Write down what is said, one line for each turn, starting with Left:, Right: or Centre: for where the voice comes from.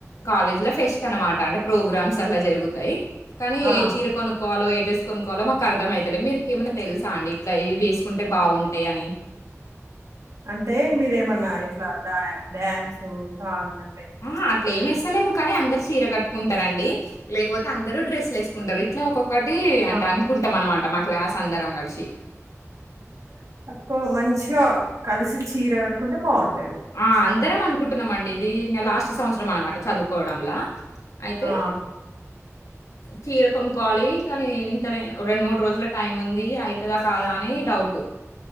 Left: కాలేజ్ ల ఫెస్ట్ అనమాట అంటే ప్రోగ్రామ్స్ అట్లా జరుగుతాయి కానీ
Right: ఆ!
Left: ఏ చీర కొను కోవాలో ఎ డ్రెస్ కోనుకోవాలో మాకు అర్ధంమైతలే మీరుకు ఏమన్నా తెలుసా అండి ఇట్లా ఇవి ఏసుకుంటే బాగుంటాయి అని
Right: అంటే మీరేమన్నా ఇట్లా డ్యా డ్యాన్సు సాంగ్ ఆ
Left: ఆహా అట్ల ఏం ఏస్తలేము కానీ అందరు చీర కట్టుకుం టరండి లేకపోతే అందరు డ్రెస్లు ఏసుకుంటరు ఇట్లా ఒక్కొక్కటి అంటె
Right: ఆ!
Left: అనుకుంటాం అన్మా ట మా క్లాస్ అందరం కలిసి
Right: కో మంచిగా కలిసి చీర కట్టుకుంటే బాగుం
Left: ఆ అందరం అనుకుంటున్నాం అండి ఇది ఇంకా లాస్ట్ సంవత్సరం అనమాట చదువుకోవడంలా అయితే
Right: ఆ!
Left: చీర కొనుక్కోవాలి కానీ ఇంత రెండు మూడు రోజుల టైం ఉంది అయితదా కాదా అని డౌట్